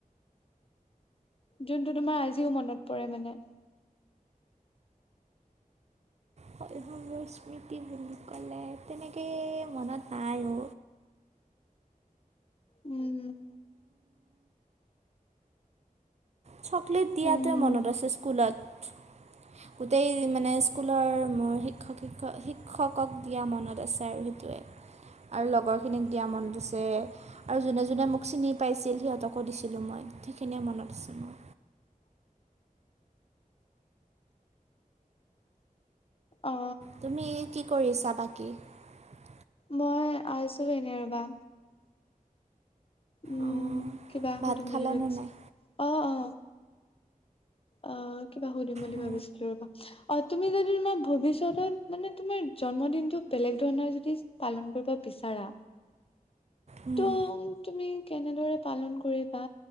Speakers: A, on the left; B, on the right.
A: যোনটো তোমাৰ আজিও মনত পৰে মানে
B: মোৰ স্মৃতি হ কলে তেনেকে মনত নাই অ
A: উম উম।
B: চকলেট দিয়াতোৱে
A: উম উম
B: মনত আছে স্কুলত গোটেই মানে স্কুলৰ মোৰ শিক্ষক শিক্ষকক দিয়া মনত আছে আৰু সেইটোৱে আৰু লগৰখিনিক দিয়া মনত আছে আৰু যোনে যোনে মোক চিনি পাইছিল সিহঁতক ক দিছিলোঁ মই গোটেইখিনিয়ে মনত আছে মোৰ।
A: অ
B: তুমি কি কৰিছা বাকী? কি
A: মই আছো এনে ৰবা। উম
B: অঁ
A: কিবা সুধিম
B: ভাত খালানে
A: বুলি ভাবিছিলা?
B: নাই
A: অ অ অ কিবা সুধিম বুলি
B: অ',
A: ভাবিছিলো ৰবা অ তুমি যদি তোমাৰ ভৱিষ্যতত মানে তোমাৰ জন্মদিনটো বেলেগ ধৰণৰ যদি পালন কৰিব বিচাৰা
B: উম।
A: ত তুমি কেনেদৰে পালন কৰিবা